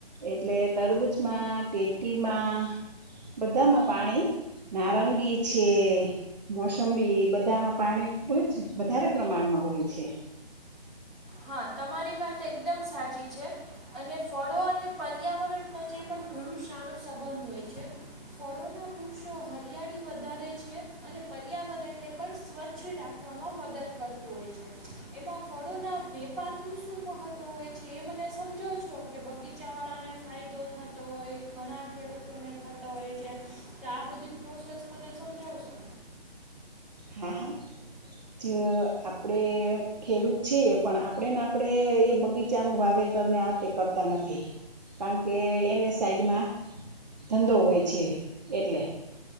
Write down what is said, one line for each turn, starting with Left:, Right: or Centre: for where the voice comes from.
Right: એટલે તરબૂચમાં તેટીમાં બધામાં પાણી નારંગી છે મોસંબી બધામાં પાણી ખૂબ જ વધારે પ્રમાણમાં હોય છે
Centre: હા તમારી વાત એકદમ સાચી છે અને ફળો અને પર્યાવરણ વચ્ચે પણ ઘણું સારો સંબંધ હોય છે ફળોનાં વૃક્ષો હરિયાળી વધારે છે અને પર્યાવરણને પણ સ્વચ્છ રાખવામાં મદદ કરતું હોય છે એમાં ફળોના વેપારનું શું મહત્ત્વ હોય છે એ મને સમજાવશો કે બગીચાવાળાને ફાયદો થતો હોય ઘણા ખેડૂતોને થતો હોય છે તો આ બધી પ્રોસેસ મને સમજાવશો
Right: હા હા જે આપડે ખેડૂત છેએ પણ આપણેે ને આપણેે એ બગીચાનુંું વાવેતર ને આ તે કરતા નથી કારણ કે એને સાઈડમાં ધંધો હોય છે એટલે